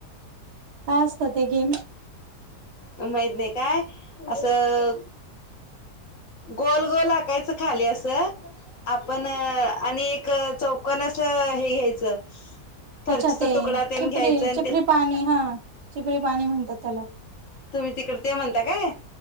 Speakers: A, on the right; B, on the left.
A: काय असतं ते गेम?
B: माहित नाही काय? असं गोल गोल आकायचं खाली असं आपण अ आणि एक अ चौकन अस अ हे घ्यायचं फरचीचा
A: अच्छा ते
B: तुकडा तेन
A: चिपरी-चिपरी
B: घ्यायचं आणि ते
A: पाणी हं, चिपरी पाणी म्हणतात त्याला.
B: तुम्ही तिकड ते म्हणता काय?